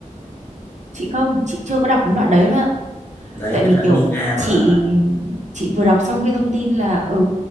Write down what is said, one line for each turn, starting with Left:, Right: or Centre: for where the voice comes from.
Right: chị không chị chưa có đọc đến đoạn đấy
Left: đấy
Right: tại vì
Left: cái đoạn
Right: kiểu
Left: Mi Nga gọi
Right: chị
Left: là
Right: chị vừa đọc xong cái thông tin là ừ